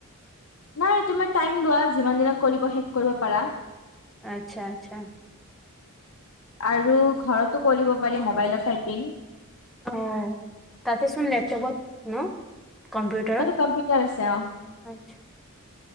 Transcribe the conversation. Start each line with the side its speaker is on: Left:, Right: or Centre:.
Left: নাই তুমাৰ টাইম লোৱা যিমান দিনত কৰিব শেষ কৰিব পাৰা।
Centre: আচ্ছা - আচ্ছা।
Left: আৰু ঘৰতো কৰিব পাৰি মোবাইলত টাইপিঙ।
Centre: অহ ', তাতে চোন লেপটপত ন? কম্পিউটাৰত,
Left: তাতে কম্পিউটাৰ আছে অ
Centre: আচ্ছা,